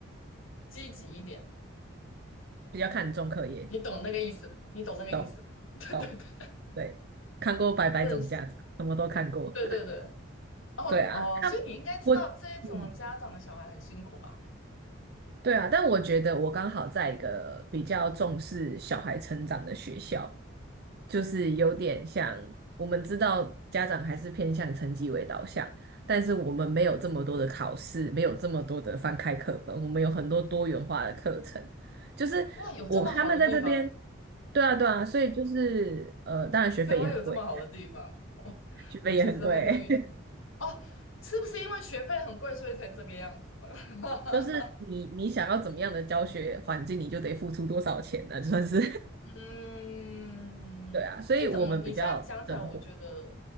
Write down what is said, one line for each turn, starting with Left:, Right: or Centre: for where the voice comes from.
Left: 积极一点。
Right: 比较看重课业，
Left: 你懂那个意思，你懂那个意思。
Right: 懂
Left: <laughs> 对对对，
Right: 懂，对，看过《百百种家长》，
Left: 我不能写。
Right: 什么都看过。
Left: 对对对，
Right: <laughs>
Left: 哦你哦，
Right: 对啊，他我嗯
Left: 所以你应该知道这种家长的小孩很辛苦吧？
Right: 对啊，但我觉得我刚好在一个比较重视小孩成长的学校，就是有点像我们知道家长还是偏向成绩为导向，但是我们没有这么多的考试，没有这么多的翻开课本，我们有很多多元化的课程。就是我他们在这边，
Left: 哇，有这么好的地方，
Right: 对啊对啊，所以就是呃，当然学费也很贵，
Left: <laughs> 台湾有这么好的地方，我我其实还没有遇
Right: 学费也很贵，
Left: 哦，是不是因为学费很贵，所以才这个样子了？<laughs>
Right: <laughs> 就是你你想要怎么样的教学环境，你就得付出多少钱呢、就算是。
Left: 嗯，
Right: 对啊，所以我们比较灵活，
Left: 哎，怎么你现在讲起来，我觉得